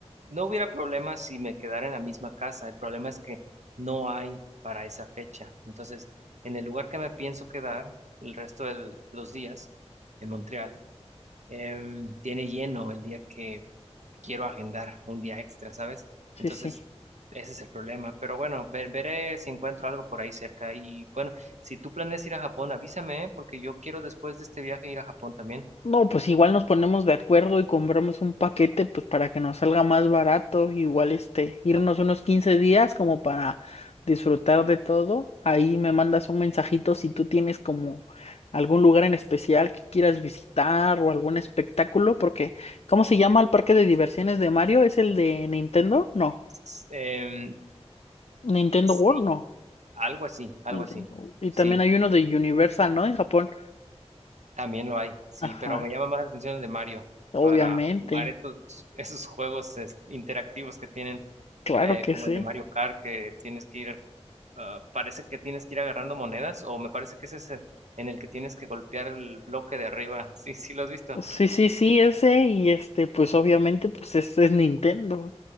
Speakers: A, on the right (about 85°); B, on the left (about 60°).
A: no hubiera problema si me quedara en la misma casa. El problema es que no hay para esa fecha. Entonces, en el lugar que me pienso quedar el resto de los días, en Montreal, em, tiene lleno el día que quiero agendar un día extra, ¿sabes?
B: sí,
A: Entonces,
B: sí.
A: ese es el problema. Pero bueno, ve- veré si encuentro algo por ahí cerca. Y bueno, si tú planeas ir a Japón, avísame, ¿eh? porque yo quiero después de este viaje ir a Japón también.
B: No, pues igual nos ponemos de acuerdo y compramos un paquete, pues para que nos salga más barato, igual este, irnos unos 15 días como para disfrutar de todo. Ahí me mandas un mensajito si tú tienes como algún lugar en especial que quieras visitar o algún espectáculo, porque ¿cómo se llama el parque de diversiones de Mario? ¿Es el de Nintendo? No.
A: S- em,
B: Nintendo
A: Sí,
B: World, no.
A: Algo así, algo
B: Nintendo-
A: así.
B: Y
A: Sí,
B: también hay uno de Universal, ¿no? En Japón.
A: también lo hay, sí,
B: Ajá,
A: pero me llama más la atención el de Mario
B: obviamente.
A: para jugar estos esos juegos es, interactivos que tienen,
B: Claro
A: eh,
B: que
A: como
B: sí.
A: el de Mario Kart, que tienes que ir, ah, parece que tienes que ir agarrando monedas, o me parece que ese es el- en el que tienes que golpear el bloque de arriba. Sí, sí, lo has visto.
B: Sí, sí, sí, ese, y este, pues obviamente, pues este es Nintendo.